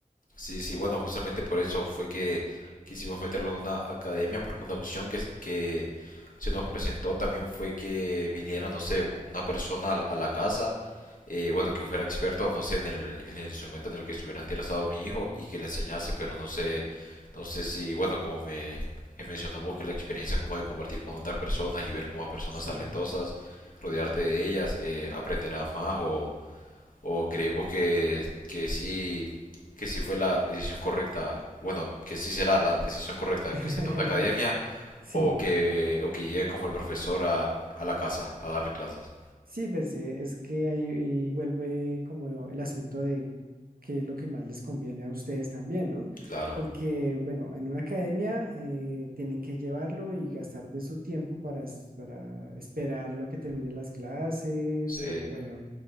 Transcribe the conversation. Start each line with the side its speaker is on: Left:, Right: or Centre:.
Left: Sí, sí, bueno, justamente por eso fue que quisimos meterlo en una academia, porque una opción que, se- que se nos presentó también fue que viniera, no sé, una persona a la, a la casa, eh, bueno, que fuera experto, no sé, en el, en el instrumento en el que estuviera interesado mi hijo y que le enseñase, pero no sé, no sé si, bueno, como me, me mencionabas vos, que la experiencia como de compartir con otras personas y ver como a personas
Right: Sí.
Left: talentosas, rodearte de ellas, eh, aprenderás más o ¿O creemos que, que sí, que sí fue la decisión correcta? Bueno, que sí será la decisión correcta
Right: <laughs>
Left: que se una academia
Right: Sí.
Left: o que, o que llegue como el profesor a, a la casa a darle clases.
Right: Sí, pues eh, es que ahí, ahí vuelve como el asunto de qué es lo que más les conviene a ustedes también, ¿no?
Left: Claro,
Right: Porque, bueno, en una academia eh, tienen que llevarlo y gastar de su tiempo para, es- para esperarlo a que termine las clases
Left: sí,
Right: o, bueno,